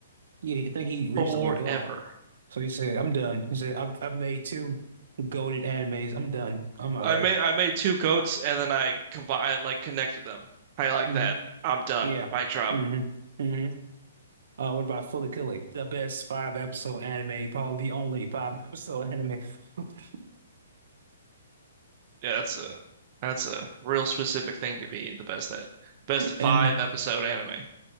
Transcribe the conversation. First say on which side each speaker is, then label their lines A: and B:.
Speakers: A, on the right (about 70°); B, on the right (about 40°).
A: Yeah, I think he recently.
B: forever.
A: Oh, so he said, "I'm done." He said, "I've I've made two goated animes. I'm done. I'm all
B: I
A: right."
B: made I made two goats and then I combined like connected them. I like
A: Mm-hmm.
B: that. I'm done.
A: Yeah.
B: Mic drop.
A: hmm hmm Uh, what about Follicular? The best five episode anime, probably the only five episode anime, <laughs>
B: Yeah, that's a that's a real specific thing to be the best at. Best five
A: and
B: episode anime.